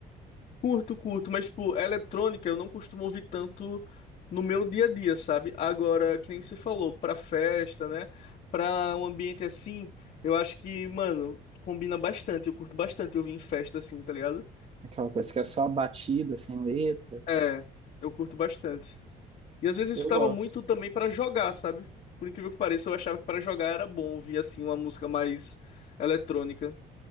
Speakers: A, on the left; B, on the right.
A: Curto, curto, mas, tipo, eletrônica eu não costumo ouvir tanto no meu dia a dia, sabe? Agora, que nem você falou, pra festa, né? Pra um ambiente assim, eu acho que, mano, combina bastante. Eu curto bastante ouvir em festa assim, tá ligado?
B: Aquela coisa que é só batida, sem letra.
A: É, eu curto bastante. E às vezes eu
B: Eu
A: escutava
B: gosto.
A: muito também pra jogar, sabe? Por incrível que pareça, eu achava que pra jogar era bom ouvir assim uma música mais eletrônica.